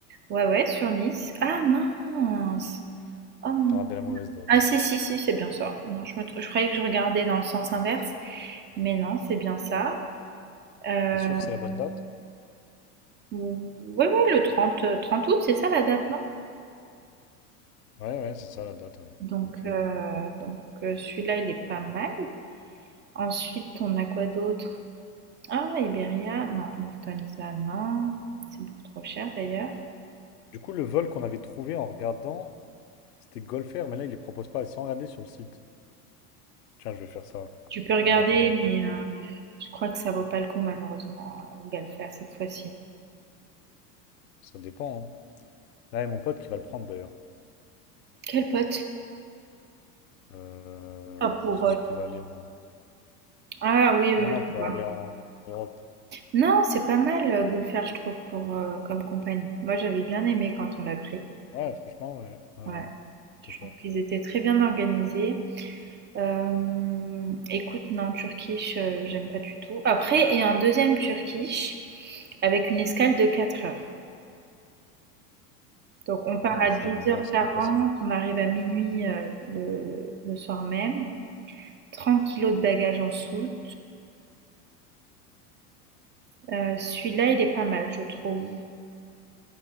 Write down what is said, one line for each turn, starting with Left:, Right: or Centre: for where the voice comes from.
Right: Ouais, ouais, sur Nice. Ah mince! Oh mon-
Left: T'as regardé la mauvaise date.
Right: Ah si, si, si, c'est bien ça. Non, je me tr- je croyais que je regardais dans le sens inverse, mais non, c'est bien ça. Euh,
Left: T'es sûr que c'est la bonne date?
Right: ouais, ouais, le 30, 30 août, c'est ça la date, non?
Left: Ouais, ouais, c'est ça la date, ouais.
Right: Donc,
Left: Ok.
Right: heu, donc, heu, celui-là, il est pas mal. Ensuite, on a quoi d'autre? Ah, Iberia, non, Lufthansa, non, c'est beaucoup trop cher d'ailleurs.
Left: Du coup, le vol qu'on avait trouvé en regardant. C'était Golfer, mais là, il les propose pas. Sans regarder sur le site. Tiens, je vais faire ça.
Right: Tu peux regarder,
Left: En attendant, je sais
Right: mais,
Left: pas de
Right: heu,
Left: mon pote.
Right: je crois que ça vaut pas le coup malheureusement, heu, Galfer cette fois-ci.
Left: Ça dépend. hein. Là, il y a mon pote qui va le prendre d'ailleurs.
Right: Quel pote?
Left: Euh,
Right: Enfin pour,
Left: celui
Right: heu
Left: qui va aller en.
Right: ah oui, oui,
Left: Non,
Right: oui,
Left: non, pour
Right: je vois.
Left: aller en Europe.
Right: Non, c'est pas mal, heu, Gulfer, je trouve pour, heu, comme compagnie. Moi, j'avais bien aimé quand on l'a pris.
Left: Ouais, franchement, ouais. Ouais,
Right: Ouais,
Left: ouais. Peut-être
Right: je trouve
Left: pas.
Right: qu'ils étaient très bien organisés. Euh, écoute, non, Turkish, euh, j'aime pas du tout. Après, il y a un deuxième Turkish avec une escale de 4 heures. Donc, on part à
Left: C'est
Right: dix
Left: chaud, mais
Right: heures
Left: ouais, ça
Right: quarante,
Left: peut passer.
Right: on arrive à minuit euh, le, le soir même. 30 kilos de bagages en soute. Euh, celui-là, il est pas mal, je trouve.